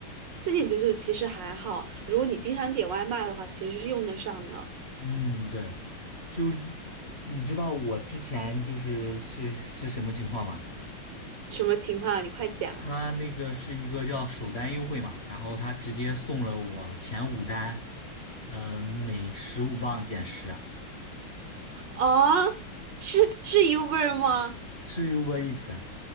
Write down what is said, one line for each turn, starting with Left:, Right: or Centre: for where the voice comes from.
Right: 四点九九其实还好，如果你经常点外卖的话，其实是用得上的。
Left: 嗯，对，就你知道我之前就是是是什么情况吗？
Right: 什么情况啊你快讲
Left: 他那个是一个叫首单优惠嘛，然后他直接送了我前五单，呃，每十五磅减十啊，
Right: 啊！是是 Uber 吗？
Left: 是有过一次。